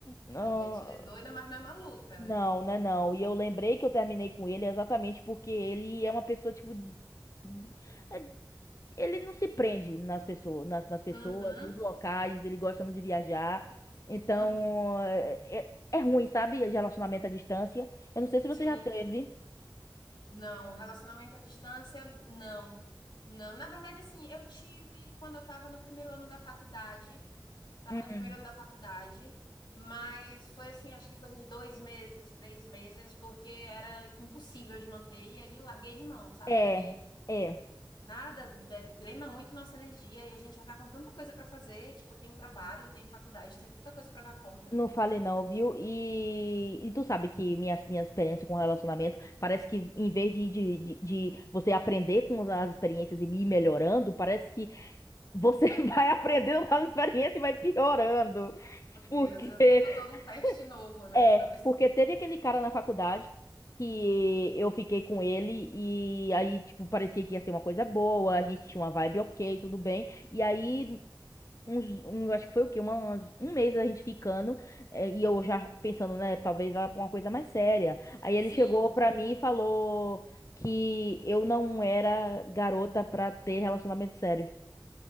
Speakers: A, on the left (about 40°); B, on the left (about 70°).
A: Não,
B: a gente é doida, mas não é maluca,
A: não,
B: né?
A: né, não. E eu lembrei que eu terminei com ele exatamente porque ele é uma pessoa, tipo, des- des- é, ele não se prende nas pessoas, nas, nas pessoas,
B: Uhum,
A: nos locais, ele gosta muito de viajar. Então,
B: uhum,
A: é, é é ruim, sabe? De Relacionamento à distância. Eu não sei se você
B: sim.
A: já teve.
B: Não, relacionamento à distância, não. Não, na verdade, assim, eu tive quando eu estava no primeiro ano da faculdade, estava
A: Hum.
B: no primeiro ano da faculdade, mas foi assim, acho que coisa de dois meses, três meses, porque era impossível de manter, e aí larguei de mão, sabe?
A: É,
B: Porque
A: é.
B: nada é, drena muito nossa energia e a gente já tá com tanta coisa para fazer, tipo, tem trabalho, tem faculdade, tem tanta coisa para dar conta
A: Não falei não, viu? E, e tu sabe que minhas minha experiência com relacionamento parece que em vez de, de, de, de você aprender com as experiências e ir melhorando, parece que você <laughs> vai aprendendo com as experiências e vai piorando.
B: Meu Deus,
A: Porque
B: é o tempo todo um teste novo, né?
A: é,
B: Pra ver se.
A: porque teve aquele cara na faculdade que eu fiquei com ele e aí tipo parecia que ia ser uma coisa boa, a gente tinha uma vibe ok, tudo bem. E aí Uns, um, eu acho que foi o quê? Uma, umas- um mês a gente ficando, eh, e eu já pensando, né? Talvez vá pra uma coisa mais séria. Aí ele
B: Sim,
A: chegou
B: sim.
A: pra mim e falou que eu não era garota pra ter relacionamento sério.